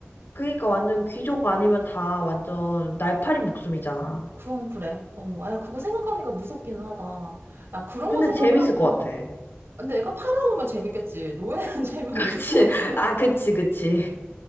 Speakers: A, on the left; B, on the right.
A: 그니까 완전 귀족 아니면 다 완전 날파리 목숨이잖아.
B: 그건 그래. 어, 아, 야, 그거 생각하니까 무섭기는 하다. 야, 그런
A: 근데
B: 거 생각하면,
A: 재밌을 것 같아. <laughs>
B: 근데 내가 팔아오면 재밌겠지. 노예는 <laughs> 재미없을
A: 그치.
B: 것 같은데?
A: 아, 그치, 그치.